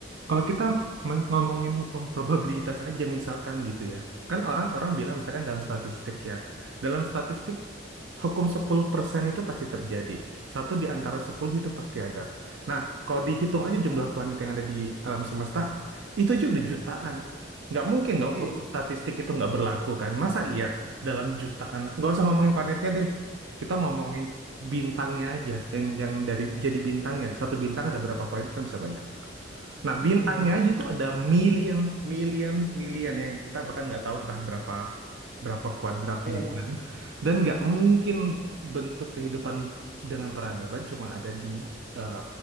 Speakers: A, on the right; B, on the right.
A: kalau kita me- ngomongin hukum probabilitas aja misalkan gitu ya. Kan orang-orang bilang misalkan dalam statistik ya. Dalam statistik hukum 10% itu pasti terjadi. Satu di antara 10 itu pasti ada. Nah, kalau dihitung aja jumlah planet yang ada di alam semesta, itu aja udah jutaan. Nggak mungkin dong
B: Iya,
A: hukum statistik itu nggak berlaku kan. Masa iya dalam jutaan, nggak usah ngomongin planetnya deh. Kita ngomongin bintangnya aja yang yang dari jadi bintangnya satu bintang ada berapa planet kan bisa banyak nah
B: Hmm,
A: bintangnya aja itu ada million million million yang kita bahkan nggak tahu entah berapa berapa kuadrat
B: iya,
A: million dan nggak mungkin bentuk kehidupan dengan peradaban cuma ada di eh,